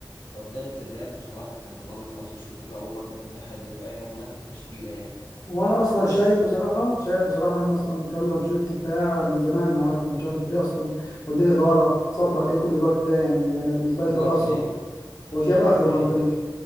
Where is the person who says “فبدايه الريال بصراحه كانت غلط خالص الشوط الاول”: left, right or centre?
Left